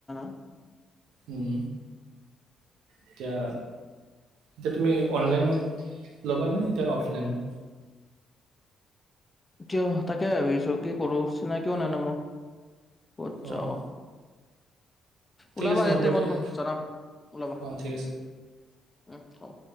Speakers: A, on the left (about 15°); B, on the right (about 85°).
A: <unintelligible>
B: উম এতিয়া এতিয়া তুমি অনলাইনত ল'বানে এতিয়া অফলাইনত।
A: কিয় তাকে ভাবি আছো কি কৰো চিনাকিও নাই ন মোৰ। ক'ত যাওঁ।
B: অঁ ঠিক
A: ওলাবা
B: আছে
A: ইয়াতে
B: হ'ব
A: মই
B: দিয়া,
A: তোমাক জনাম ওলাবা
B: অঁ ঠিক আছে।
A: উম অহ